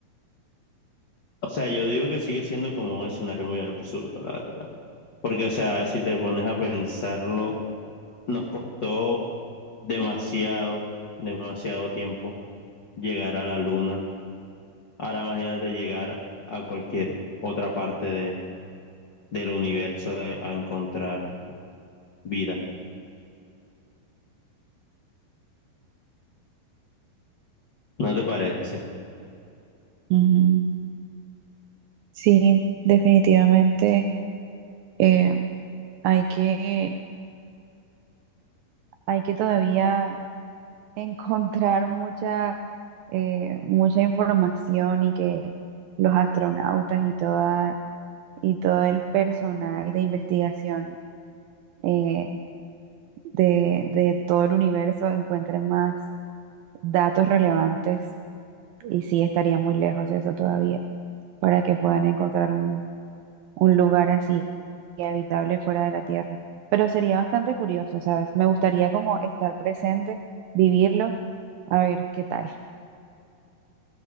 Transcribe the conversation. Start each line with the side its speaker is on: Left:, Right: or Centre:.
Left: O sea, yo digo que sigue siendo como un escenario muy absurdo, la verdad. Porque, o sea, si te pones a pensarlo, Nos costó demasiado, demasiado tiempo llegar a la luna. Ahora imagínate llegar a cualquier otra parte de, del universo de- a encontrar vida. ¿No te parece?
Right: Ujú. Sí, definitivamente eh, hay que, hay que todavía <laughs> encontrar mucha, eh, mucha información y que los astronautas y toda, y todo el personal de investigación eh, de, de todo el universo encuentren más datos relevantes. Y sí, estaría muy lejos eso todavía para que puedan encontrar un lugar así habitable fuera de la Tierra. Pero sería bastante curioso, ¿sabes? Me gustaría como estar presente, vivirlo, a ver qué tal.